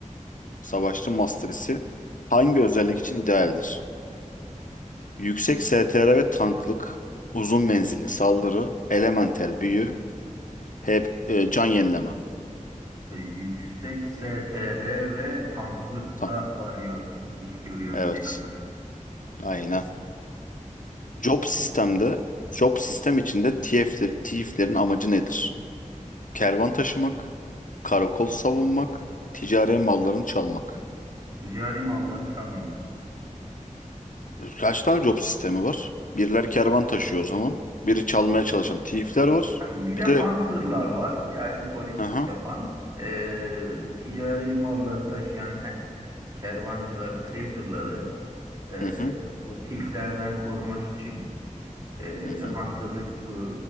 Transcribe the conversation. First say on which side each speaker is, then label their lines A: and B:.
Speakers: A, on the left; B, on the right.
A: savaşçı masterisi hangi özellik için idealdir? Yüksek STR ve tanklık, uzun menzilli saldırı, elementel büyü, hep e, can yenileme.
B: E, yüksek STR ve tanklıkta
A: Tank.
B: varıyor. İş görüyordu
A: Evet,
B: diye hatırlıyorum.
A: aynen. Job sistemde, job sistem içinde TF'ler, TF'lerin amacı nedir? Kervan taşımak, karakol savunmak, ticari mallarını çalmak.
B: Ticari malları çalmak.
A: Kaç tane job sistemi var? Biriler kervan taşıyor o zaman. Biri çalmaya çalışan thief'ler var.
B: Yani bir de
A: Bir
B: hunterlar
A: de
B: var. Yani polislik
A: aha.
B: yapan. Ee, ticari malları taşıyan he- kervancıları, traderları ee,
A: Hı hı.
B: bu tiflerden korumak için. Ee,
A: Hı hı.
B: hunter'lık bu